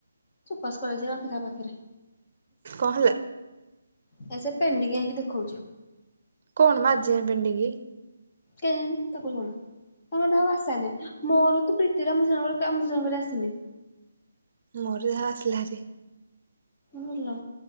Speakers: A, on the left; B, on the right.
A: ଚୋପା ସ୍କୋଲାରଶିପ ରଖିଥା ପାଖିରେ।
B: କଣ ହେଲା?
A: ଆରେସେ ପେଡିଙ୍ଗ ହେଇକି ଦେଖଉଛି।
B: କଣମ ଆଜିଯାଏଁ ପେଣ୍ଡିଙ୍ଗ।
A: କେଜାଣି ତାକୁ ଜଣା ମୋର ତ ଆଉ ଆଶା ନାହିଁ। ମୋର ତ ପ୍ରୀତିର ଆମ ଦିଜଣଙ୍କର ଆମ ଦିଜଣଙ୍କର ଆସିନି।
B: ମୋର ଯାହା ଆସିଲାହାରି।
A: ଭଲ